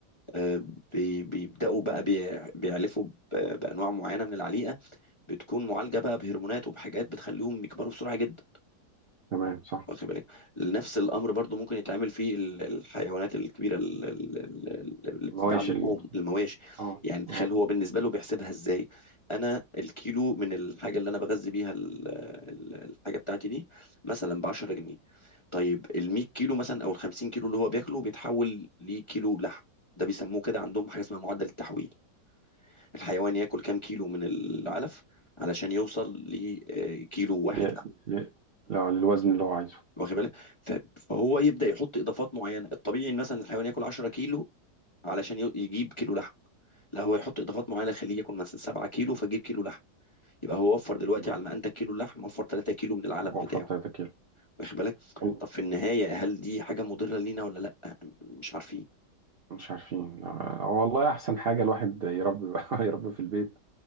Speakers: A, on the left; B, on the right.
A: آه، بي- بيبدأوا بقى بيع- بيعلفوا ب- بأنواع معينة من العليقة بتكون معالجة بقى بهرمونات وبحاجات بتخليهم يكبروا بسرعة جدا
B: تمام صح
A: واخد بالك نفس الامر
B: آه.
A: برضو ممكن يتعمل في ال- الحيوانات الكبيره ال- ال- ال- اللي
B: مواشي
A: بتتباع لحوم
B: ال-
A: المواشي
B: اه
A: يعني تخيل
B: اه
A: هو بالنسبه له بيحسبها ازاي انا الكيلو من الحاجه اللي انا بغذي بيها ال- ال- الحاجه بتاعتي دي مثلا ب 10 جنيه طيب ال 100 كيلو مثلا او ال 50 كيلو اللي هو بياكله بيتحول لكيلو لحم ده بيسموه كده عندهم حاجه اسمها معدل التحويل الحيوان ياكل كام كيلو من العلف علشان يوصل لكيلو واحد
B: ل...
A: لحم
B: ل... لا للوزن اللي هو عايزه
A: واخد بالك ف- فهو يبدا يحط اضافات معينه الطبيعي إن مثلا الحيوان ياكل 10 كيلو علشان ي- يجيب كيلو لحم لا هو يحط اضافات معينه خليه ياكل مثلا 7 كيلو فجيب كيلو لحم يبقى هو وفر دلوقتي
B: مم.
A: على ما انتج كيلو اللحم وفر 3 كيلو من العلف بتاعه
B: وفر 3 كيلو
A: واخد بالك
B: وال-
A: طب في النهايه هل دي حاجه مضره لينا ولا لا مش عارفين
B: مش عارفين لا. والله احسن حاجه الواحد يربي بقى <laughs> يربي في البيت